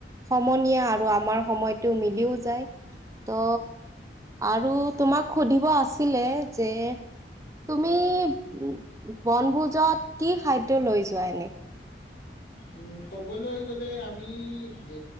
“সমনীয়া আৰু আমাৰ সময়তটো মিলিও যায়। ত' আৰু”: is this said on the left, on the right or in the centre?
Right